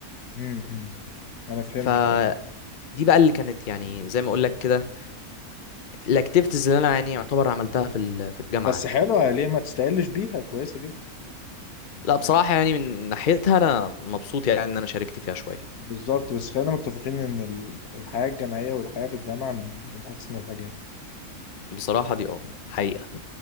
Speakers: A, on the left; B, on the left.
A: امم إمم. انا فهمتك
B: فدي
A: اه
B: بقى اللي كانت يعني زي ما اقول لك كده الاكتيفيتيز اللي انا يعني يعتبر عملتها في ال- في الجامعه
A: بس
B: عندي
A: حلوة ليه ما تستقلش بيها كويسة جدا
B: لا بصراحه يعني من ناحيتها انا مبسوط يعني ان انا شاركت فيها شويه
A: بالظبط بس خلينا متفقين ان ال- الحياة الجامعية والحياة في الجامعة من من احسن الحاجات
B: بصراحه دي اه حقيقي